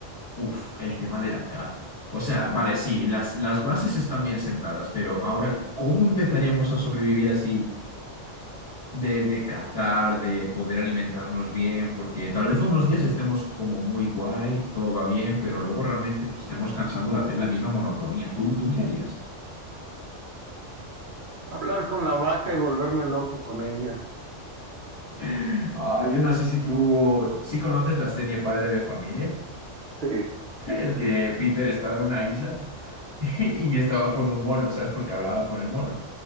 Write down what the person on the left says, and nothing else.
uff, el tema de la caza. O sea, vale, sí, las, las bases están bien sentadas, pero ahora, ¿cómo empezaríamos a sobrevivir así? de, de cazar, de poder alimentarnos bien, porque tal vez unos días estemos como muy guay, todo va bien, pero luego realmente nos estemos cansando de hacer la misma monotonía. ¿Tú, tú qué harías?
<laughs> Ah, yo no sé si tú sí conoces la serie Padre de Familia.
<laughs> el que Peter estaba en una isla <laughs> y estaba con un mono, ¿sabes? Porque hablaba con el mono.